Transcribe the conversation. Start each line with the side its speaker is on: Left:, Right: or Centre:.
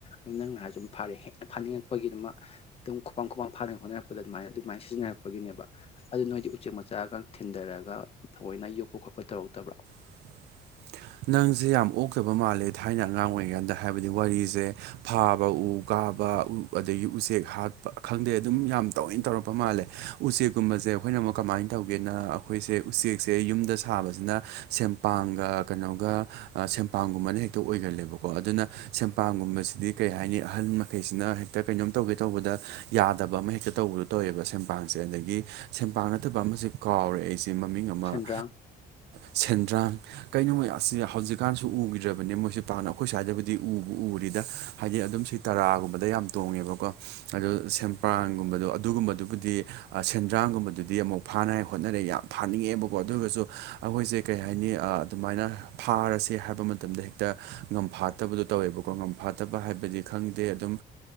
Left: ꯌꯨꯝ ꯅꯪꯅ ꯍꯥꯏꯔꯁꯨ ꯑꯗꯨꯝ ꯐꯔꯦ ꯍꯦꯟꯅ ꯐꯥꯅꯤꯡ ꯉꯛꯄꯒꯤ ꯑꯗꯨꯃ ꯑꯗꯨꯝ ꯈꯨꯄꯝ ꯈꯨꯄꯝ ꯐꯥꯅ ꯉꯥꯢ ꯍꯣꯠꯅꯔꯛꯄꯗ ꯑꯗꯨꯥꯏ ꯑꯗꯨꯃꯥꯏꯅ ꯁꯤꯖꯤꯟꯅꯔꯛ ꯄꯒꯤꯅꯦꯕ ꯑꯗꯨ ꯅꯣꯏꯗꯤ ꯎꯆꯦꯛ ꯃꯆꯥꯒ ꯊꯤꯟꯊꯔꯒ ꯊꯃꯣꯏꯅ ꯌꯣꯛꯄ ꯈꯣꯠꯄ ꯇꯧꯔꯛꯇꯕ꯭ꯔꯣ
Right: <unintelligible> <inaudible> ꯅꯪꯁꯦ ꯌꯥꯝ ꯑꯣꯛꯇꯕ ꯃꯥꯜꯂꯦ ꯊꯥꯏꯅ ꯑꯉꯥꯡ ꯑꯣꯏꯔꯤꯉꯩꯥꯟꯗ ꯍꯥꯏꯕꯗꯤ ꯋꯥꯔꯤꯁꯦ ꯐꯥꯕ ꯎ ꯀꯥꯕ ꯑꯗꯒꯤ ꯎꯆꯦꯛ ꯍꯥꯠꯄ ꯈꯪꯗꯦ ꯑꯗꯨꯝ ꯌꯥꯝ ꯇꯣꯏꯅ ꯇꯧꯔꯛꯄ ꯃꯥꯜꯂꯦ ꯎꯆꯦꯛ ꯀꯨꯝꯕꯁꯦ ꯑꯩꯈꯣꯏꯅ ꯑꯃꯨꯛ ꯀꯃꯥꯏꯅ ꯇꯧꯒꯦꯅ ꯑꯩꯈꯣꯏꯁꯦ ꯎꯆꯦꯛꯁꯦ ꯌꯨꯝꯗ ꯊꯥꯕꯁꯤꯅ ꯁꯄꯥꯡꯒ ꯀꯩꯅꯣꯒ ꯁꯦꯡ ꯄꯥꯝꯒꯨꯝꯕꯅ ꯍꯦꯛꯇ ꯑꯣꯏꯒꯜ ꯂꯦꯕꯀꯣ ꯑꯗꯨꯅ ꯁꯦꯡ ꯄꯥꯝꯒꯨꯝꯕꯁꯤꯗꯤ ꯀꯔꯤ ꯍꯥꯏꯅꯤ ꯑꯍꯜ ꯐꯩꯁꯤꯅ ꯍꯦꯛꯇ ꯀꯩꯅꯣꯝ ꯇꯧꯒꯦ ꯇꯧꯕꯗ ꯌꯥꯗꯕ ꯑꯃ ꯍꯦꯛꯇ ꯇꯧꯕꯗꯣ ꯇꯧꯋꯦꯕ ꯁꯦꯟꯕꯥꯥꯡꯁꯦ ꯑꯗꯒꯤ ꯁꯦꯟꯄꯥꯛ ꯅꯠꯇꯕ ꯑꯃꯁꯦ ꯀꯥꯎꯔꯦ ꯑꯩꯁꯦ ꯃꯃꯤꯡ ꯑꯃ
Left: ꯁꯦꯟꯗ꯭ꯔꯥꯡ
Right: ꯁꯦꯟꯗ꯭ꯔꯥꯡ ꯀꯩꯅꯣ ꯑꯁ ꯍꯧꯖꯤꯛ ꯀꯥꯟꯁꯨ ꯎꯈꯤꯗ꯭ꯔꯕꯅꯤ ꯃꯣꯏꯁꯦ ꯄꯥꯛꯅ ꯑꯩꯈꯣꯏ ꯁ꯭ꯋꯥꯏꯗꯕꯨꯗꯤ ꯎꯕ ꯎꯔꯤꯗ ꯍꯥꯏꯗꯤ ꯑꯗꯨꯝ ꯁꯤ ꯇꯔꯥꯒꯨꯝꯕꯗ ꯌꯥꯝ ꯇꯣꯡꯉꯦꯕꯀꯣ ꯑꯗꯨ ꯁꯝꯄ꯭ꯔꯥꯟ ꯒꯨꯝꯕꯗꯣ ꯑꯗꯨꯒꯨꯝꯕ ꯗꯨꯕꯨꯗꯤ ꯁꯦꯟꯗ꯭ꯔꯥꯡ ꯒꯨꯝꯕꯗꯨꯗꯤ ꯑꯃꯨꯛ ꯐꯥꯉꯥꯢ ꯍꯣꯠꯅꯔꯦ ꯌꯥꯝ ꯊꯥꯅꯤꯡ ꯉꯦꯕꯀꯣ ꯑꯗꯨ ꯑꯣꯢꯔꯒꯁꯨ ꯑꯩꯈꯣꯏꯁꯦ ꯀꯩ ꯍꯥꯏꯅꯤ ꯑꯗꯨꯃꯥꯏꯅ ꯐꯥꯔꯁꯦ ꯍꯥꯏꯕ ꯃꯇꯝꯗ ꯍꯦꯛꯇ ꯉꯝ ꯐꯥꯠꯇꯕꯗꯣ ꯇꯧꯋꯦꯕꯀꯣ ꯉꯝꯐꯥ ꯐꯠꯇꯕ ꯍꯥꯏꯕꯗꯤ ꯈꯪꯗꯦ ꯑꯗꯨꯝ